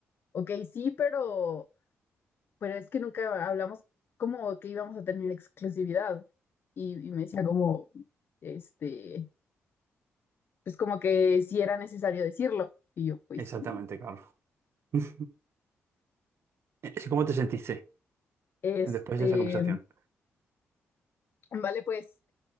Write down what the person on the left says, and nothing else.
ok, sí, pero... pero es que nunca hablamos como que íbamos a tener exclusividad. Y, y me decía como, este, pues como que si era necesario decirlo. Y yo, pues
sí.
Este,
vale, pues